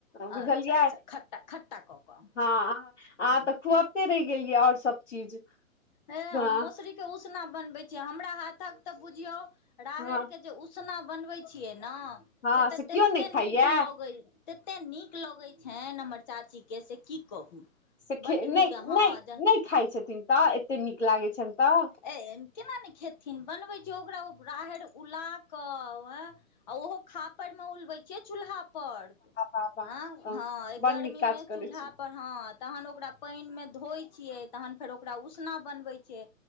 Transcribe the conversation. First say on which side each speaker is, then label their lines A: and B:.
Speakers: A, on the left; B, on the left.
A: अच्छा
B: बुझलियै
A: अच्छा खट्टा खट्टा कऽ कऽ
B: हँ अहाँ अहाँ
A: हँ
B: तऽ खुअबते रहि गेलियै आओर सब चीज
A: हे हम
B: हँ
A: मोसरी के उसना बनबै छियै हमरा हाथक तऽ बुझियौ राहड़
B: हँ
A: के जे उसना बनबै छियै न
B: हँ
A: से तऽ
B: केओ
A: तते
B: नहि खाइया
A: नीक लगै तते नीक लगै छनि हमर चाचीके से की कहू
B: सेेखे
A: बड्ड
B: नहि
A: नीक
B: नहि
A: हँ
B: नहि खाइ छथिन तऽ एते नीक लागै छनि तऽ
A: ए केना नहि खेथिन बनबै छियै ओकरा राहैर उलाकऽ आ ओहो खापैरमे उलबै छियै चूल्हा पर
B: वाह
A: हँ
B: वाह
A: हँ अइ
B: बड़
A: गर्मी
B: नीक काज
A: मे
B: करै
A: चूल्हा
B: छी
A: पर हँ तहन ओकरा पइन मे धोइ छियै तहन फेर ओकरा उसना बनबै छियै